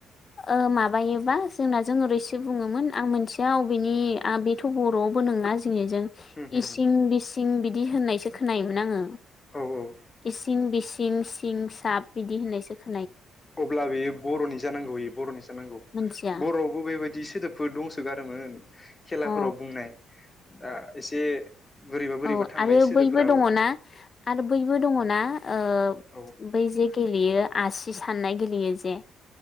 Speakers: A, on the left; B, on the left.
A: <inaudible> ओ माबायोबा जोंना जों ओरैसो बुङोमोन आं मोनथिया अबेनि आ बेथ' बर'आवबो नोङा जोंनि जों
B: होम होम
A: इसिं
B: होम
A: बिसिं बिदि होननायसो खोनायोमोन आङो
B: औ औ
A: इसिं बिसिं सिं साब बिदि होननायसो --
B: अब्ला बेयो बर'नि जानांगौ बेयो बर'नि जानांगौ
A: मोनथिया
B: बर'आवबो बेबायदि सोदोबफोर दंसोगारोमोन खेलाफोराव
A: अ
B: बुंनाय दा एसे बोरैबा बोरैबा
A: औ
B: थांनाय
A: आरो
B: सोदोबफोराव
A: बैबो दङना आरो बैबो दङना ओ
B: औ
A: बै जे गेलेयो आसि साननाय गेलेयो जे।